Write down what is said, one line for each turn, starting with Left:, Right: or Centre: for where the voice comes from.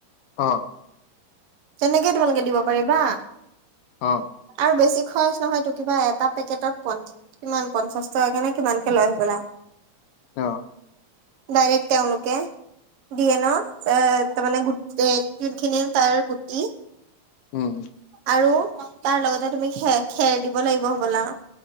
Left: অৱ।
Right: তেনেকে তোমালোকে দিব পাৰিবা।
Left: অৱ।
Right: আৰু বেছি খৰচ নহয়তটো কিবা এটা পেকেটত প কিমান পঞ্চাশ টকা কে নে কিমান কে লয় হবলা
Left: অৱ।
Right: ডাইৰেক তেওঁলোকে দিয়ে ন। এ তাৰ মানে <unintelligible> তাৰে গুটি
Left: উম।
Right: আৰু তাৰ লগতে তুমি খেৰ খেৰ দিব লাগিব হ'বলা,